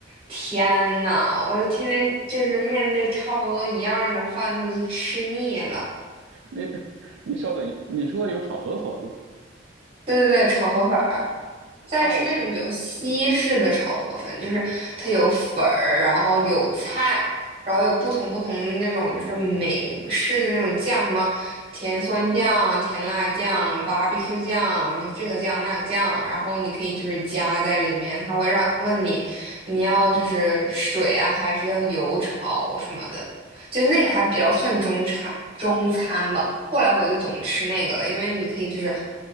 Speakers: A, on the right (about 30°); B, on the right (about 75°).
A: 天呐，我是天天就是面对差不多一样的饭，就是吃腻了。
B: 你 <laughs> 你稍等一，你说有炒河粉
A: 对对对，炒河粉儿。但是那种比较西式的炒河粉，
B: 哦，
A: 就是它有粉儿，然后有菜，然后有不同不同的那种就是美式的那种酱，什么甜酸酱、甜辣酱、barbecue 酱，就是这个酱那个酱，然后你可以就是加在里面，它会让问你你要就是水啊，还是要油炒什么的，就那个还比较算中餐中餐吧。后来我就总吃那个了，因为你可以就是